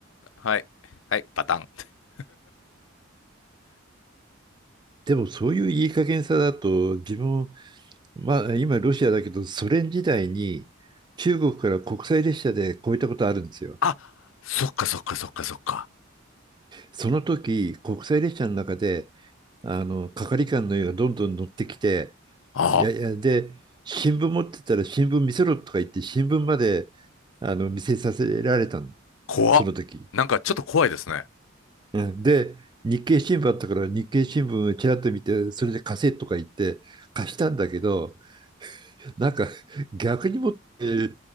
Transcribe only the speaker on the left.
はい、はい、パターンって。
あ、そっかそっかそっかそっか。
ああ、
怖っ。
なんかちょっと怖いですね。